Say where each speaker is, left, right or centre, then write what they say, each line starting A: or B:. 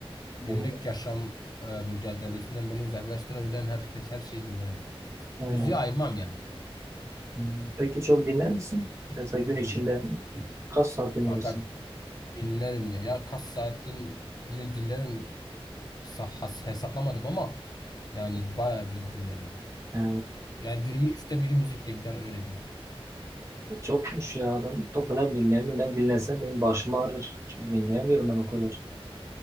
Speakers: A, on the left; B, on the right.
A: Günlük
B: evet,
A: yaşam e, mücadelesinden beni uzaklaştırabilen herkes her şeyi dinlerim.
B: evet.
A: Müziği ayırmam yani. ya.
B: Hmm. Peki çok dinler misin? Mesela gün içinde kaç saat dinlersin?
A: Kanka dinlerim ya. Ya kaç saatini dinlerim. Kısa has hesaplamadım ama yani bayağı bir dinlerim.
B: Ha.
A: Yani günümün üçte biri müzikle gider öyle diyeyim.
B: Çokmuş ya. Ben o kadar dinleyemiyorum. Ben dinlesem benim başım ağrır. Çok dinleyemiyorum ben o kadar.